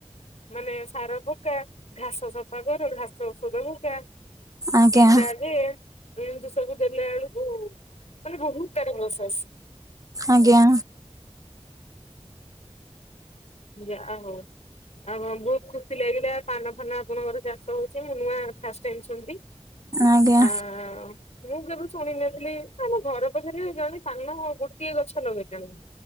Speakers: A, on the left; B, on the right.
A: ମାନେ ସାର ପକା, ଘାସ ସଫା କର, ଘାସ ଔଷଧ ପକା।
B: ଆଜ୍ଞା
A: ବିଦା ଦେ। ଏମତି ସବୁ ଦେଲା ବେଳକୁ ମାନେ ବୋହୁତ ତାର ପ୍ରୋସେସ୍।
B: ଆଜ୍ଞା।
A: ଯାହୋଉ ଆଉ ହଁ ବୋହୁତ ଖୁସି ଲାଗିଲା ପାନ ଫାନ ଆପଣଙ୍କର ଚାଷ ହୋଉଚି ମୁଁ ନୂଆ ଫାଷ୍ଟ ଟାଇମ ଶୁଣିଲି।
B: ଆଜ୍ଞା
A: ଆ ମୁଁ କେବେ ଶୁଣିିନଥିଲି ଆମ ଘର ପାଖରେ ଜଣେ ପାନ ହଁ ଗୋଟିଏ ଗଛ ଲଗେଇଚନ୍ତି।